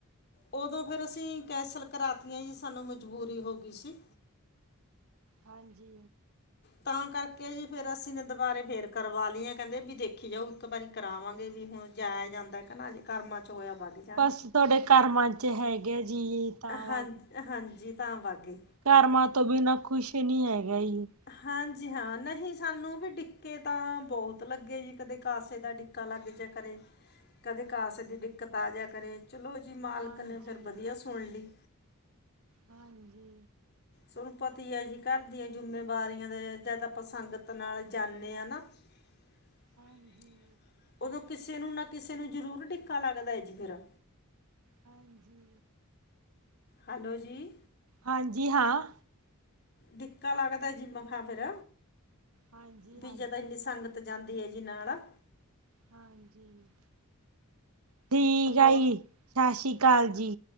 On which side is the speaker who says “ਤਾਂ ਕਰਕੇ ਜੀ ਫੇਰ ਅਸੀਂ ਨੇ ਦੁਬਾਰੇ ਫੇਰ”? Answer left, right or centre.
Left